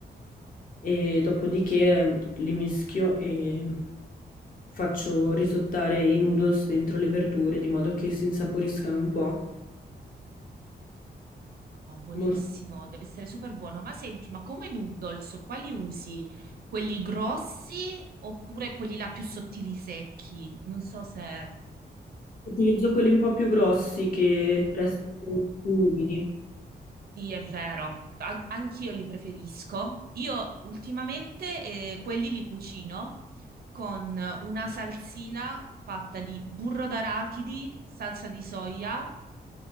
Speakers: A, on the left; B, on the right.
A: E dopodiché, ehm, li mischio e faccio risottare i noodles dentro le verdure di modo che si insaporiscano un po'.
B: no, buonissimo,
A: Molto
B: deve essere super buono. Ma senti, ma come noodles, quali usi? Quelli grossi oppure quelli là più sottili secchi? Non so se...
A: utilizzo quelli un po' più grossi che restano più umidi.
B: Sì, è vero, An- anch'io li preferisco. Io ultimamente eh, quelli li cucino con una salsina fatta di burro d'arachidi, salsa di soia